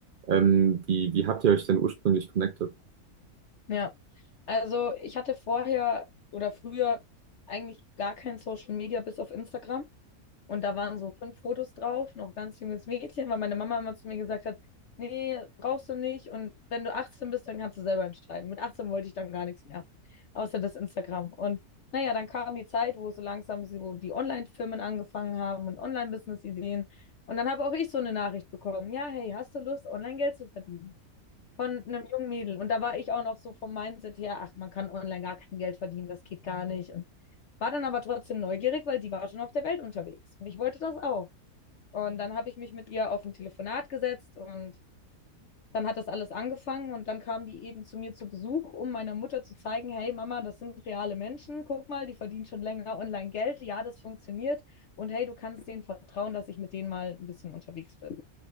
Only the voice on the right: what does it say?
ähm, wie, wie habt ihr euch denn ursprünglich connected?